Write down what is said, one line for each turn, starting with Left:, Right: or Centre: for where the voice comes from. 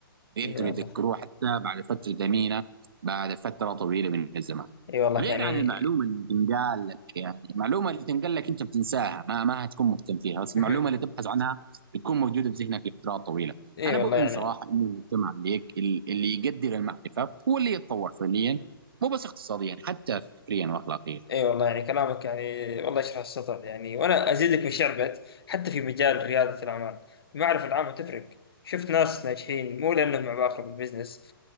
Right: يقدروا
Left: إي والله
Right: يذكروه حتى بعد فترة ثمينة بعد فترة طويلة من الزمان
Left: إي والله
Right: غير
Left: يعني
Right: عن المعلومة اللي تنقال لك يعني المعلومة اللي تنقال لك أنت بتنساها ما ما هتكون مهتم فيها بس
Left: مهم.
Right: المعلومة اللي تبحث عنها بتكون موجودة في ذهنك لفترات طويلة
Left: إي
Right: أنا
Left: والله
Right: بؤمن
Left: يعني
Right: صراحة إنه المجتمع اللي يك- اللي يقدر المعرفة هو اللي يتطور فعليا مو بس اقتصاديا حتى فكريا وأخلاقيا
Left: اي والله يعني كلامك يعني والله يشرح السطر يعني وانا ازيدك من شعبك حتى في مجال رياده الاعمال المعرفه العامه تفرق شفت ناس ناجحين مو لانهم عباقرة بالبزنس